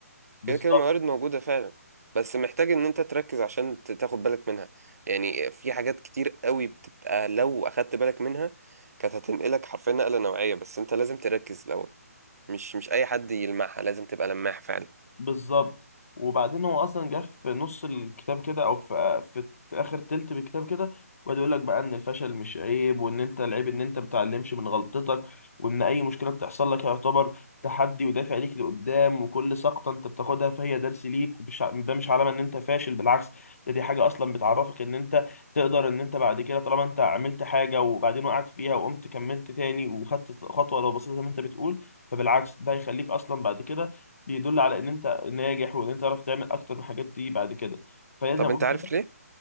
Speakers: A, on the left; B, on the right.
A: بالظبط
B: كده كده الموارد موجودة فعلا بس محتاج ان انت تركز عشان ت- تاخد بالك منها يعني في حاجات كتير قوي بتبقى لو اخدت بالك منها كانت هتنقلك حرفيا نقلة نوعية بس انت لازم تركز الاول مش مش اي حد يلمعها لازم تبقى لماح فعلا
A: بالظبط وبعدين هو اصلا جه في نص الكتاب كده او في في, في اخر تلت بالكتاب كده وقعد يقول لك بقى ان الفشل مش عيب وان انت العيب ان انت بتتعلمش من غلطتك وان اي مشكله بتحصل لك يعتبر تحدي ودافع ليك لقدام وكل سقطه انت بتاخدها فهي درس ليك ومش ع- ده مش علامه ان انت فاشل بالعكس ده دي حاجه اصلا بتعرفك ان انت تقدر ان انت بعد كده طالما انت عملت حاجه وبعدين وقعت فيها وقمت كملت تاني وخدت خطوه لو بسيطه زي ما انت بتقول فبالعكس ده هيخليك اصلا بعد كده بيدل على ان انت ناجح وان انت تعرف تعمل اكتر من الحاجات دي بعد كده فهي
B: طب
A: زي ما بقول
B: انت عارف
A: كده
B: ليه